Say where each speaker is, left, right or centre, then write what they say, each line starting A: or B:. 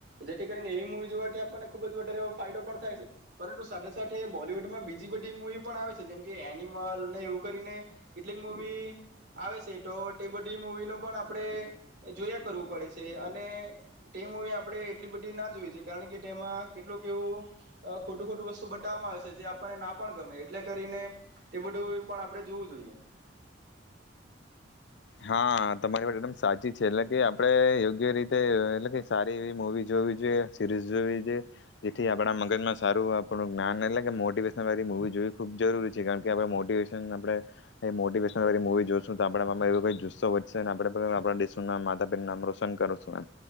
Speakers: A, on the right; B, on the left.
A: જેથી કરીને એવી મુવી જોવાથી આપણને ખુબ જ વધારે એવો ફાયદો પણ થાય છે. પરંતુ સાથે સાથે બોલીવુડમાં બીજી બધી મુવી પણ આવે છે જેમ કે એનિમલ ને એવું કરીને કેટલીક મુવી આવે છે તો તે બધી મુવીનું પણ આપણે જોયા કરવું પડે છે. અને તે મૂવી આપણે એટલી બધી ના જોઈજ કારણ કે તેમાં કેટલુંક એવું અ ખોટું ખોટું વસ્તુ બતાવવામાં આવે છે. જે આપણને ના પણ ગમે એટલે કરીને તે બધું પણ આપણેે જોવું જોઈએ.
B: હા. તમારી વાત એકદમ સાચી છે. એટલે કે આપ પણે યોગ્ય યોગ્ય રીતે એટલે કે સા તેવી મુવી જોવી જોઈએ, સીરીઝ જોવી જોઈએ, જેથી આપડા મગજમાં સારું આપણું જ્ઞાન એટલે કે મોટીવેશન વારી મુવી જોવી ખુબ જરૂરી છે. છે. કારણકે આપડે મોટીવેશન આપડે મોટીવેશન વાળી મુવી જોશું તો આપડા મનમાં એવું તો જુસ્સો વધશે ને આપડે પણ આપડા દેશનું નામ માતા-પિતાનું નામ રોશન કરશું એમ,